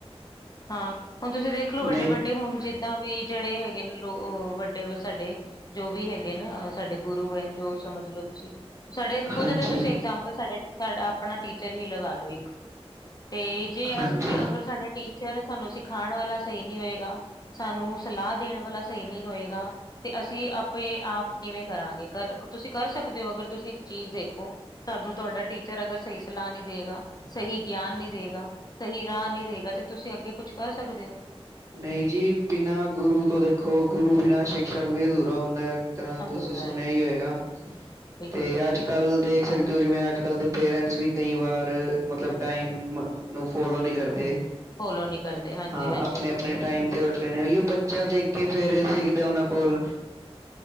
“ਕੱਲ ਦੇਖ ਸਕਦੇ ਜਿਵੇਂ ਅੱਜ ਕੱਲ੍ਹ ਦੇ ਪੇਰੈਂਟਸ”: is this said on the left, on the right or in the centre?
Right